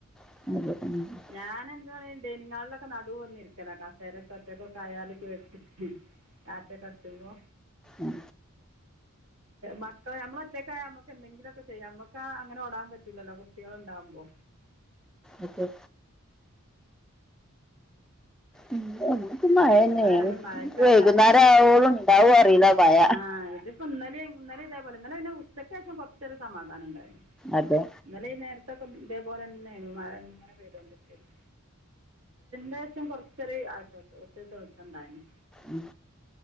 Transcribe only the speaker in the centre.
<unintelligible>
ഉം
അതെ ഉം ഇവിടൊക്കെ മഴന്നെ
ആണ്
വൈകുന്നേരം ആവോളം ഉണ്ടാവൊ അറിയില്ല മഴ
അതെ
ഉം